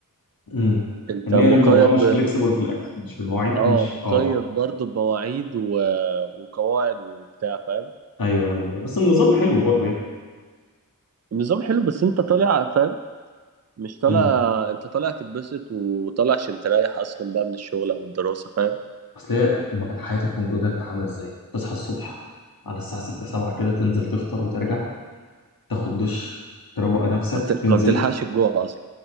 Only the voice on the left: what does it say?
امم
ان
هي الموضوع مش فليكسيبل في الاكل مش في المواعيد
مش
اه
ايوه ايوه بس النظام حلو برضه يعني
امم
اصل هي الحياه الفندق ده انت عامله ازاي تصحى الصبح على الساعه 6 7 كده تنزل تفطر وترجع تاخد دش تروق نفسك
تنزل